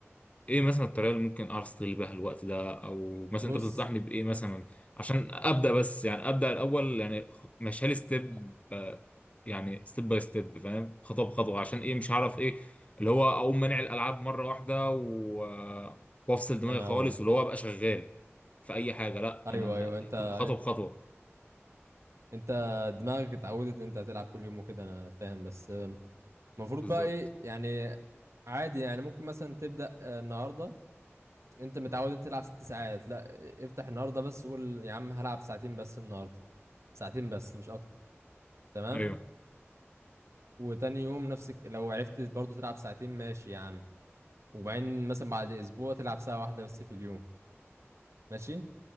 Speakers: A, on the left; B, on the right.
A: ايه مثلا الطريقه اللي ممكن اعرف استغل بيها الوقت ده او مثلا
B: بص
A: انت بتنصحني بايه مثلا عشان ابدا بس يعني ابدا الاول يعني ماشي لي ستيب يعني ستيب باي ستيب فاهم خطوه بخطوه عشان ايه مش هعرف ايه اللي هو اقوم مانع الالعاب مره واحده و... وافصل دماغي
B: ما انا
A: خالص
B: اقول لك
A: واللي هو ابقى شغال في اي حاجه لا
B: ايوه
A: انا
B: ايوه انت انت,
A: هتبقى خطوه بخطوه
B: انت دماغك اتعودت ان انت هتلعب كل يوم وكده انا فاهم بس آه، المفروض
A: بالظبط
B: بقى ايه يعني عادي يعني ممكن مثلا تبدأ آه، النهارده انت متعود انت تلعب ست ساعات لا افتح النهارده بس قول يا عم هلعب ساعتين بس النهارده ساعتين بس مش اكتر تمام
A: ايوه
B: وتاني يوم نفسك لو عرفت برضه تلعب ساعتين ماشي يا عم وبعدين مثلا بعد اسبوع تلعب ساعة واحدة بس في اليوم ماشي